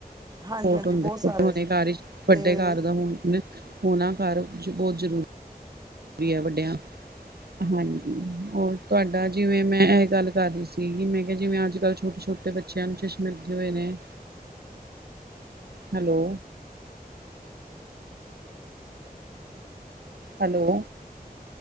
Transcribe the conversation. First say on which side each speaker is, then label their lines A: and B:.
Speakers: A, on the right; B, on the right.
A: ਹਾਂਜੀ
B: ਸਪੋਰਟ
A: ਹਾਂਜੀ
B: ਹੁੰਦਾ
A: ਬਹੁਤ ਸਾਰਾ
B: ਏ,
A: ਜੀ
B: ਘਰ ਵਿੱਚ
A: ਤੇ
B: ਵੱਡੇ ਘਰ ਦਾ ਹੁਣ। ਹੋਣਾ ਘਰ ਬੋਤ ਜ਼ਰੂਰੀ, ਜ਼ਰੂਰੀ ਹੈ ਵੱਡਿਆਂ। ਹਾਂਜੀ ਹੋਰ ਤੁਹਾਡਾ ਜਿਵੇਂ ਮੈਂ ਇਹ ਗੱਲ ਕਰ ਰਹੀ ਸੀਗੀ ਮੈਂ ਕਿਹਾ ਜਿਵੇਂ ਅੱਜ ਕੱਲ ਛੋਟੇ ਛੋ- ਟੇ ਬੱਚਿਆਂ ਨੂੰ ਚਸ਼ਮੇ ਲਗੇ ਹੋਏ ਨੇ। ਹੈਲੋ, ਹੈਲੋ